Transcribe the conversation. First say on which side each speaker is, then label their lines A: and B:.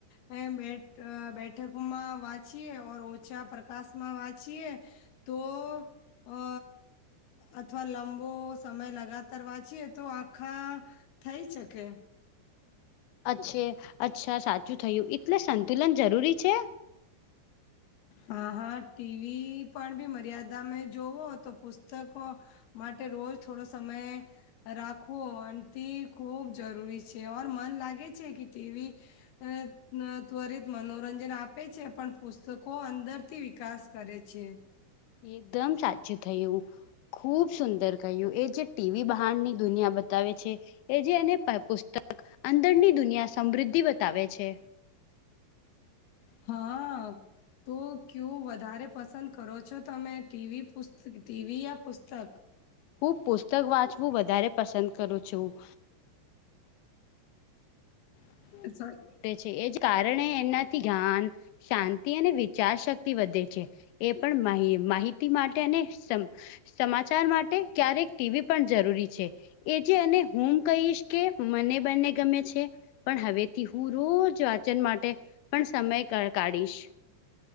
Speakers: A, on the left; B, on the left.
A: એ બે બેઠકમાં વાંચીએે ઓર ઓછા પ્રકાશ માં વાંચીએ. તો અ અથવા લાંબો સમય લગાતાર વાંચીએ. તો આખા થઈ શકે.
B: અચ્છે અચ્છા સાચું થયું એટલે સંતુલન જરૂરી છે?
A: હા હા ટીવી પણ મર્યાદામે જોવો તો પુસ્તકો. માટે રોજ થોડો સમય. રાખવો તે ખૂબ જરૂરી છે, ઓર મન લાગે છે, કે ટીવી. <unintelligible> ત્વરિત મનોરંજન આપે છે, પણ પુસ્તકો. કો અંદરથી વિકાસ કરે છે.
B: એકદમ સાચું થઈયુ. ખુબ સુંદર કહ્યું એ જે ટીવી બહારની દુનિયા બતાવે છે. એ જેને પુસ્તક અંદરની દુનિયા સમૃદ્ધિ બતાવે છે.
A: હા. તો ક્યુ વધારે પસંદ કરો છો, તમે ટીવી, પુસ્ત ટીવી યા પુસ્તક?
B: હું પુસ્તક વાંચવું વધારે પસંદ કરું છું.
A: <unintelligible>
B: છે એ જ કારણે એનાથી જ જ્ઞાન શાંતિ અને વિચાર શક્તિ વધે છે. એ પણ માહ માહિતી માટે અને. સમાચાર માટે ક્યારેક ટીવી પણ જરૂરી છે. એ જે અને હું કહીશ કે મને બંને ગમે છે, પણ હવે થી હું રોજ વાચન માટે પણ સમય કાઢીશ.